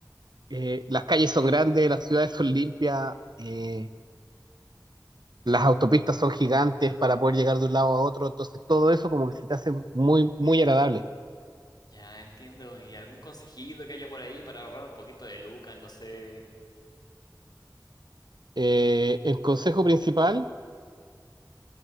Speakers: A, on the right; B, on the left.
A: eh, las calles son grandes, las ciudades son limpias, eh, las autopistas son gigantes para poder llegar de un lado a otro, entonces todo eso como que se te hace muy, muy agradable.
B: ya entiendo. ¿Y algún consejito que haya por ahí para ahorrar un poquito de lucas? No sé.
A: Eh, el consejo principal,